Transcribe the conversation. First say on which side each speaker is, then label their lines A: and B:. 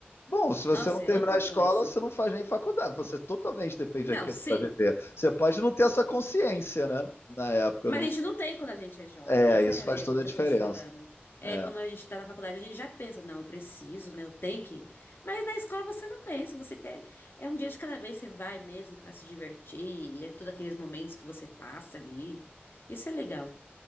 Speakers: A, on the left (about 80°); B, on the left (about 65°).
A: Bom, se você
B: Nossa,
A: não terminar
B: é outra
A: a escola,
B: coisa.
A: você não faz nem faculdade. Você totalmente depende
B: Não,
A: daquilo
B: sim.
A: para viver. Você pode não ter essa consciência, né? Na época,
B: Mas
A: eu não.
B: a gente não tem quando a gente é jovem.
A: É,
B: Essa
A: isso
B: é,
A: faz toda
B: é que
A: a diferença.
B: eu tô te falando. É,
A: É.
B: quando a gente tá na faculdade, a gente já pensa, não, eu preciso, né? Eu tenho que. ir. Mas na escola você não pensa, você quer. É um dia de cada vez, você vai mesmo pra se divertir, e é todos aqueles momentos que você passa ali. Isso é legal.